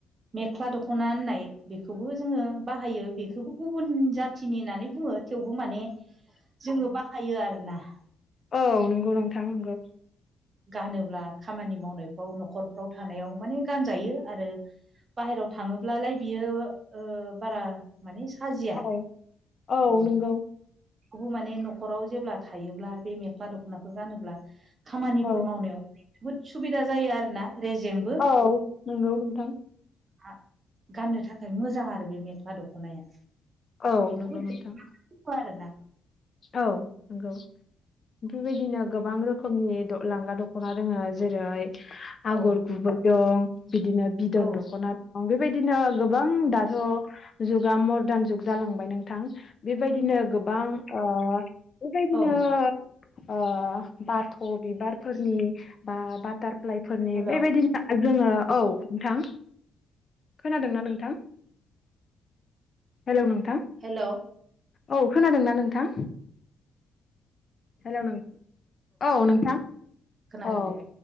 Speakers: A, on the right (about 40°); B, on the left (about 40°).
A: मेख्ला दखना होननाय बेखौबो जोङो बाहायो बेखौबो गुबुन जाथिनि होनानै बुङो थेवबो बु माने जोङो बाहायो आरोना
B: औ नंगौ नोंथां नंगौ।
A: गानोब्ला खामानि मावनायफ्राव न'खरफ्राव थानायाव माने गानजायो आरो बाहेरायाव थाङोब्लालाय बियो ओ बारा माने साजिया
B: <unintelligible> औ
A: ओ
B: औ नंगौ।
A: खौबो माने न'खराव जेब्ला थायोब्ला बे मेख्ला दख'नाखौ गानोब्ला खामानिफोर
B: औ
A: मावनायाव बहुद सुबिदा जायो आरोना रेजेंबो
B: औ नंगौ नोंथां
A: आं गाननो थाखाय मोजां आरो बे मेख्ला दख'नाया
B: औ
A: बेखौबो
B: नोंगौ नोंथां।
A: दङ आरोना
B: औ नोंगौ। बेबायदिनो गोबां रोखोमनि द' लांगा दख'ना दोङो जेरै आगर
A: औ
B: गुबै दं बिदिनो बिदन
A: औ
B: दखना दं बेबायदिनो गो गोबां
A: औ
B: दाथ' जुगा मडार्न जुग जालांबाय नोंथां बेबायदिनो गोबां ओ बेबादिनो
A: औ
B: ओ बाथ' बिबारफोरनि बा बा टारफ्लाइ फोरनि
A: हेल'
B: बेबायदिनो जोङो औ नोंथां खोनादोंना नोंथां? हेल' नो
A: हेलौ
B: औ खोनादोंना नोंथां? हेल' नों औ नोंथां
A: खोनादों
B: औ।
A: दे